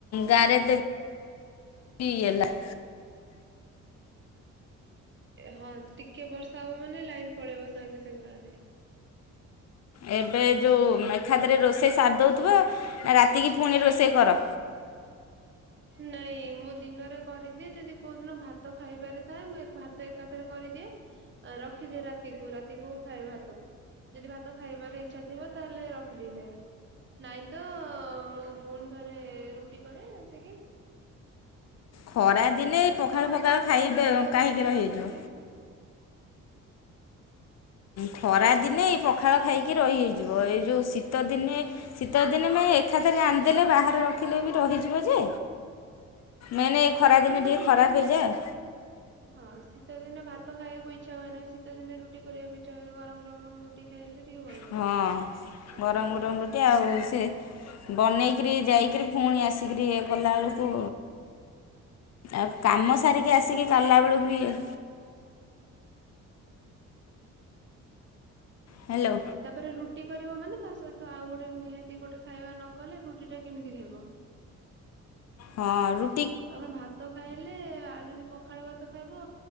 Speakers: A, on the left; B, on the right.
A: ଗାଁରେ ଏତେ <unintelligible>
B: ହଁ ଟିକେ ବର୍ଷା ହବ ମାନେ, ଲାଇନ ପଳେଇବ ସାଙ୍ଗେ ସାଙ୍ଗେ ଗାଁ ରେ।
A: ଏବେ ଯୋଉ ଏକଖାଥରେ ରୋଷେଇ ସାରି ଦେଉଥିବ, ନା ରାତିକି ପୁଣି ରୋଷେଇ କର?
B: ନାଇଁ ମୁଁ ଦିନରେ କରିଦିଏ, ଯଦି କୋଉ ଦିନ ଭାତ ଖାଇବାରେ ଥାଏ, ମୁଁ ଏ ଭା ତ ଏକାଥରେ କରିଦିଏ, ରଖିଦିଏ ରାତିକୁ, ରାତିକୁ ଖାଏ ଭାତ। ଯଦି ଭାତ ଖାଇବାର ଇଛା ଥିବ, ତାହେଲେ ରଖିଦେଇଥାଏ। ନାଇଁ ତ, ମୁଁ ପୁଣି ଥରେ ରୁଟି କରେ ଆସିକି।
A: ଖରା
B: ରୁଟି
A: ଦିନେ
B: ତା
A: ଏଇ
B: ସହିତ
A: ପଖାଳ
B: ଗୋଟେ
A: ଫଖାଳ
B: କଣ
A: ଖାଇ
B: କରିବି, ଆଉ ଗୋଟେ
A: ଖାଇକି
B: କଣ
A: ରହିଯିବ
B: କରିକି ଖାଏ ଆଉ।
A: ଖରାଦିନେ ଏଇ ପଖାଳ ଖାଇକି ରହି ହେଇଯିବ, ଏ ଯେଉ ଶୀତ ଦିନେ ଶୀତଦିନେ ପାଇଁ ଏକାଥାରେ ରାଣିିଦେଲେ ବାହାରେ ରଖିଲେ ବି, ରହିଯିବ ଯେ ମେନେ ଏଇ ଖରାଦିନେ
B: କିନ୍ତୁ
A: ଟିକେ
B: ଶୀତ
A: ଖରାପ
B: ଦିନେ
A: ହେଇଯାଏ।
B: ହଁ, ଶୀତ ଦିନେ ଭାତ ଖାଇବାକୁ ଇଛା ହୁଏନାହିଁ, ଶୀତ ଦିନେ ରୁଟି କରିବାକୁ ଇଛା ହୁଏ, ଗରମ୍ ଗରମ୍ ରୁଟି ଖାଇଲେ ଟିକେ ଭଲ ଲାଗିବ
A: ହଁ,
B: ଆଉ
A: ଗରମ ଗରମ ରୁଟି, ଆଉ ସେ ବନେଇକିରି, ଯାଇକିରି, ପୁଣି ଆସିକିରି ଇଏ କଲାବେଳକୁ ଆଉ କାମ ସାରିକି ଆସିକି କଲାବେଳକୁ ବି ଇଏ ହାଲୋ।
B: ତାପରେ ରୁଟି କରିବ ମାନେ ତା ସହିତ ଆଉ ଗୋଟେ ନିହାତି ଗୋଟେ ଖାଇବା ନ କଲେ ରୁଟି ଟା କେମିତି ଖାଇବ।
A: ହଁ, ରୁ
B: ତମେ ଭାତ ଖାଇଲେ ଆଉ ଯଦି ପ ଖାଳ ଭାତ ଖାଇବ